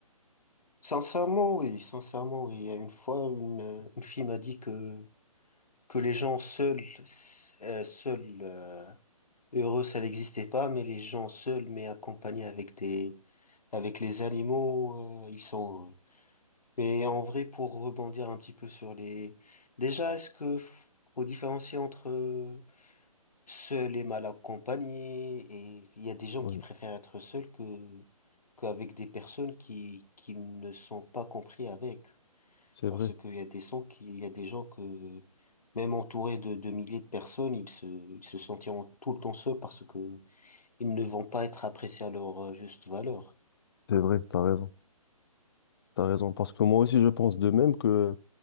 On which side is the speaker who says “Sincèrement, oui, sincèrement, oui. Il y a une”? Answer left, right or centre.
Left